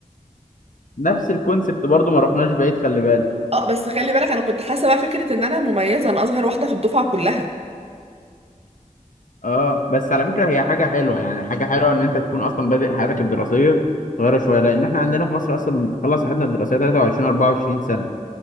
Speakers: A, on the left; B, on the right.
A: نفس الكونسبت برضه ما رحناش بعيد خلي بالك
B: اه بس خلي بالك انا كنت حاسه بقى فكره ان انا مميزه انا اصغر واحده في الدفعه كلها
A: اه بس على فكرة هي حاجة حلوة يعني حاجة حلوة ان انت تكون اصلا بادئ حياتك الدراسية صغيرة شوية لان احنا عندنا في مصر اصلا بنخلص حياتنا الدراسية 23 24 سنة